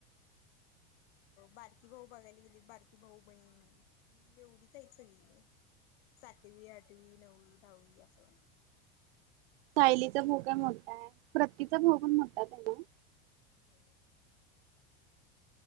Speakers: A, on the left; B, on the right.
A: बारकी भाऊ बघायला गेली, बारकी भाऊ बहीण. एवढीच आहेत सगली. सातवी, आठवी, नववी, दहावी असं.
B: सायलीचा भाऊ काय मोठा आहे. प्रतिक चा भाऊ पण मोठाच आहे ना.
A: हो.